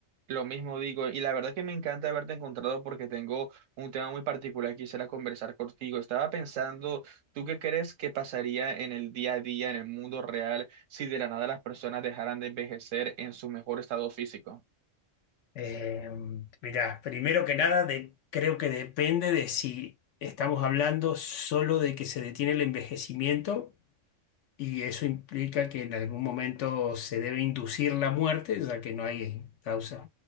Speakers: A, on the right; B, on the left.
A: Lo mismo digo, y la verdad es que me encanta haberte encontrado porque tengo un tema muy particular que quisiera conversar contigo. Estaba pensando, ¿tú qué crees que pasaría en el día a día, en el mundo real, si de la nada las personas dejaran de envejecer en su mejor estado físico?
B: Eh, mirá, primero que nada, de- creo que depende de si estamos hablando solo de que se detiene el envejecimiento y eso implica que en algún momento se debe inducir la muerte, ya que no hay causas